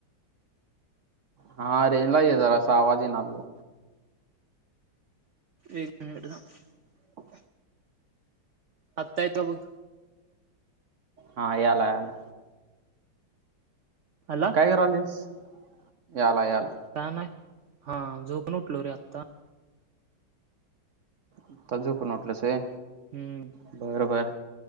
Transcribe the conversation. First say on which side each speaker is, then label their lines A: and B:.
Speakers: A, on the right; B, on the right.
A: हा, रेंजला ये जरासा आवाज येईना तुझा.
B: एक मिनिट थांब, आता येतंय का बघ?
A: हा, यायला यायला.
B: हॅलो.
A: काय करायलास? यायला यायला.
B: काय नाही. हा, झोपून उठलो रे आत्ता
A: आत्ता झोपून उठलायस होय.
B: हम्म्.
A: बरं बरं.